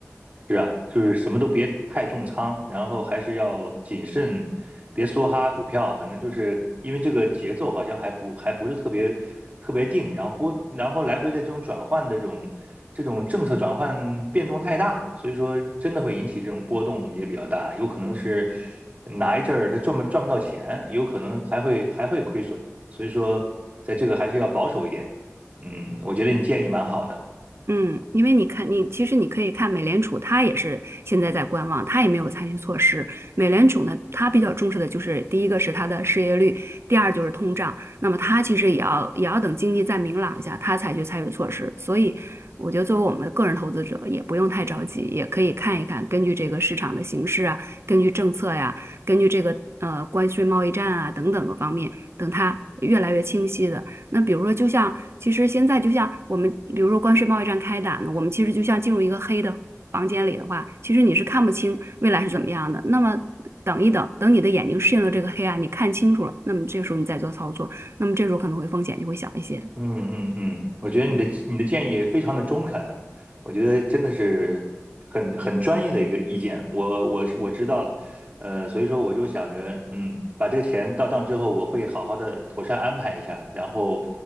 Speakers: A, on the right (about 35°); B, on the right (about 60°).
A: 是啊，就是什么都别太重仓，然后还是要谨慎，别梭哈股票。反正就是因为这个节奏好像还不还不是特别特别定，然后波然后来回的这种转换的这种这种政策转换变动太大，所以说真的会引起这种波动也比较大，有可能是哪一阵儿它赚不赚不到钱，有可能还会还会亏损。所以说，在这个还是要保守一点。嗯，我觉得你建议蛮好的。
B: 嗯，因为你看，你其实你可以看美联储，它也是现在在观望，它也没有采取措施。美联储呢，它比较重视的就是第一个是它的失业率，第二就是通胀。那么它其实也要也要等经济再明朗一下，它才去采取措施。所以，我觉得作为我们个人投资者，也不用太着急，也可以看一看，根据这个市场的形势啊，根据政策呀，根据这个呃关税贸易战啊等等个方面，等它越来越清晰的。那比如说，就像其实现在就像我们，比如说关税贸易战开打呢，我们其实就像进入一个黑的房间里的话，其实你是看不清未来是怎么样的。那么等一等，等你的眼睛适应了这个黑暗，你看清楚了，那么这时候你再做操作，那么这时候可能会风险就会小一些。
A: 嗯嗯嗯，我觉得你的你的建议非常的中肯啊，我觉得真的是很很专业的一个意见，我我是我知道了，呃，所以说我就想着，嗯，把这个钱到账之后，我会好好的妥善安排一下，然后